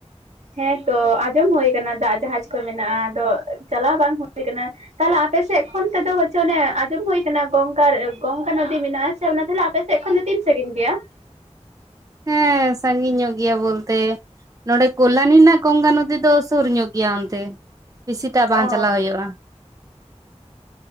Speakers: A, on the right; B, on the right.
A: ᱦᱮᱸᱛᱚ ᱟᱸᱡᱚᱢ ᱦᱩᱭᱟ ᱠᱟᱱᱟ ᱫᱟᱜ ᱡᱟᱦᱟᱡ ᱠᱚ ᱢᱮᱱᱟᱜᱼᱟ ᱟᱫᱚ ᱪᱟᱞᱟᱣ ᱵᱟᱝ ᱦᱩᱭᱩ ᱠᱟᱱᱟ ᱟᱯᱮᱥᱮᱫ ᱠᱷᱚᱱ ᱛᱮᱫᱚ ᱦᱚᱪ ᱚᱱᱮ ᱟᱸᱚᱢ ᱦᱩᱭ ᱟᱠᱟᱱᱟ ᱜᱚᱝᱠ ᱜᱚᱝᱠᱟ ᱱᱚᱫᱤ ᱢᱮᱱᱟᱜᱼᱟ ᱥᱮ ᱚᱱᱟ ᱛᱟᱦᱚᱞᱮ ᱟᱯᱮ ᱥᱮᱫ ᱠᱷᱚᱱ ᱛᱤᱱ ᱥᱟᱺᱜᱤᱧ ᱜᱮᱭᱟ
B: ᱦᱮᱸ ᱥᱟᱺᱜᱤᱧ ᱧᱚᱜ ᱜᱮᱭᱟ ᱵᱚᱞᱛᱮ ᱱᱚᱰᱮ ᱠᱚᱞᱟᱱᱤ ᱨᱮᱱᱟᱜ ᱜᱚᱝᱜᱟ ᱱᱚᱫᱤ ᱫᱚ ᱥᱩᱨ ᱧᱚᱜ ᱜᱮᱭᱟ ᱚᱱᱛᱮ ᱵᱮᱥᱤᱴᱟᱜ ᱵᱟᱝ
A: ᱚ
B: ᱪᱟᱞᱟᱣ ᱦᱩᱭᱩᱜᱼᱟ